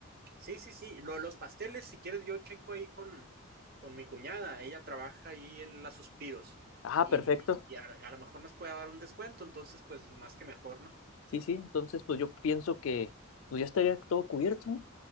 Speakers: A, on the right; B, on the left.
A: Sí, sí, sí. Lo de los pasteles, si quieres, yo checo ahí con, con mi cuñada. Ella trabaja ahí en las Suspiros.
B: Ah,
A: Y,
B: perfecto.
A: y a, a lo mejor nos puede dar un descuento, entonces, pues más que mejor, ¿no?
B: Sí, sí, entonces pues yo pienso que pues ya estaría todo cubierto, ¿no?